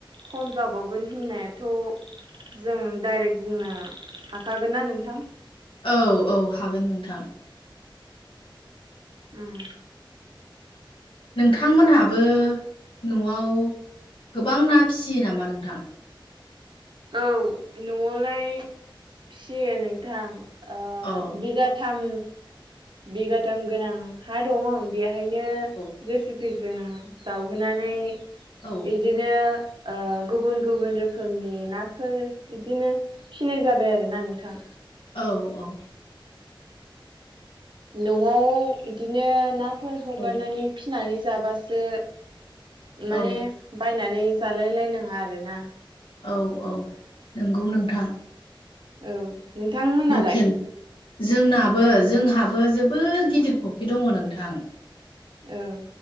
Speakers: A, on the right (about 65°); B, on the left (about 80°).
A: खम जाबावगोन होननायाथ' जों डाइरेक्ट बुंनो हाखागोन ना नोंथां?
B: औ औ हागोन नोंथां।
A: ओम
B: नोंथांमोनहाबो न'आव गोबां ना फिसियो नामा नोंथां?
A: औ न'आवलाय फियो नोंथां ओ
B: अ
A: बिगाथा थाम बिगाथाम गोनां हा दङ बेहायनो
B: औ
A: जेसे फ्रिजों <unintelligible> जावहोनानै
B: औ
A: बिदिनो ओ गुबुन गुबुन रोखोमनि नाफोर बिदिनो फिनाय जाबाय आरो ना नोंथां
B: औ औ
A: न'आव बिदिनो नाफोर हगारनानै
B: औ
A: फिनानै जाबासो माने
B: औ
A: बायनानै जालायलाय नाङा आरोना
B: औ औ नंगौ नोंथां
A: औ नोंथांमोनालाय
B: लकेल जोंनाबो जोंहाबो जोबोर गिदिर फख्रि दङ नोंथां
A: औ